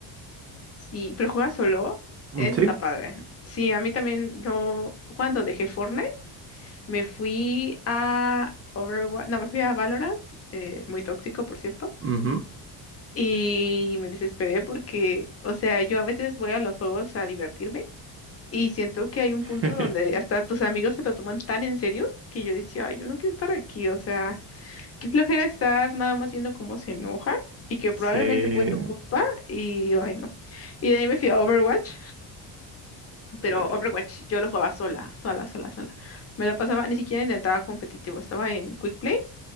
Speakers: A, on the left; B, on the right.
A: Sí, pero juega solo,
B: Mm,
A: eso
B: Sí.
A: está padre. Sí, a mí también, yo cuando dejé Fortnite, me fui a Overwatch, no, me fui a Valorant, eh, muy tóxico, por cierto.
B: Ujú.
A: Y me desesperé porque, o sea, yo a veces voy a los juegos a divertirme Y siento que hay un punto
B: <laughs>
A: donde hasta tus amigos se lo toman tan en serio que yo decía, ay, yo no quiero estar aquí, o sea, qué flojera estar nada más viendo cómo se enojan y que probablemente
B: Sí.
A: fue tu culpa y digo, ay, no. Y de ahí me fui a Overwatch, pero
B: eh,
A: Overwatch yo lo jugaba sola, sola, sola, sola. Me la pasaba, ni siquiera intentaba competitivo, estaba en Quick Play